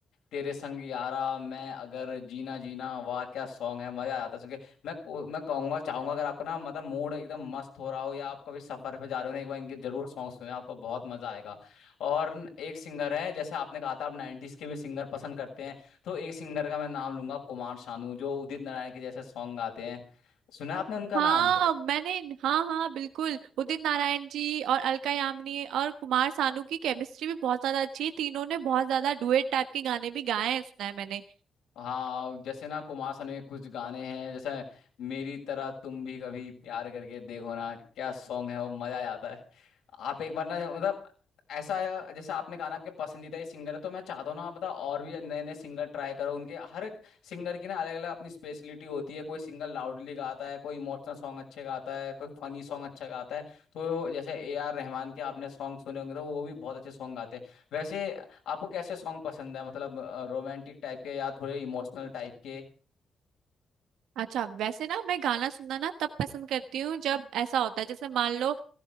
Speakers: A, on the left; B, on the right.
A: तेरे संग यारा मैं अगर जीना जीना वाह क्या सॉन्ग है मजा आ जाता है सुन के मैं को- मैं कहूंगा चाहूंगा अगर आपको ना मतलब मूड एकदम मस्त हो रहा हो या आप कभी सफर पे जा रहे हो ना एक बार इनके जरूर सॉन्ग सुने आपको बहुत मजा आएगा और एक सिंगर है जैसे आपने कहा था आप नाइन्टीज के भी सिंगर पसंद करते हैं तो एक सिंगर का मैं नाम लूंगा कुमार शानू जो उदित नारायण के जैसे सॉन्ग गाते हैं सुना है आपने उनका
B: हाँ
A: नाम
B: मैंने हाँ हाँ बिल्कुल उदित नारायण जी और अलका यामिनी और कुमार सानू की केमिस्ट्री भी बहुत ज्यादा अच्छी है तीनों ने बहुत ज्यादा डुएट टाइप के गाने भी गाए हैं सुना है मैंने
A: हाँ जैसे ना कुमार सानू के कुछ गाने हैं जैसे मेरी तरह तुम भी कभी प्यार करके देखो ना क्या सॉन्ग है वो मजा आ जाता है आप एक बार ना मतलब ऐसा जैसे आपने कहा ना आपके पसंदीदा ही सिंगर है तो मैं चाहता हूँ ना आप मतलब और भी नए नए सिंगर ट्राई करो उनके हर एक सिंगर की ना अलग अलग अपनी स्पेशलिटी होती है कोई सिंगर लाउडली गाता है कोई इमोशनल सॉन्ग अच्छे गाता है कोई फनी सॉन्ग अच्छा गाता है तो जैसे ए आर रहमान के आपने सॉन्ग सुने होंगे तो वो भी बहुत अच्छे सॉन्ग गाते हैं वैसे आपको कैसे सॉन्ग पसंद है मतलब रोमांटिक टाइप के या थोड़े इमोशनल टाइप के
B: अच्छा वैसे ना मैं गाना सुनना ना तब पसंद करती हूँ जब ऐसा होता है जैसे मान लो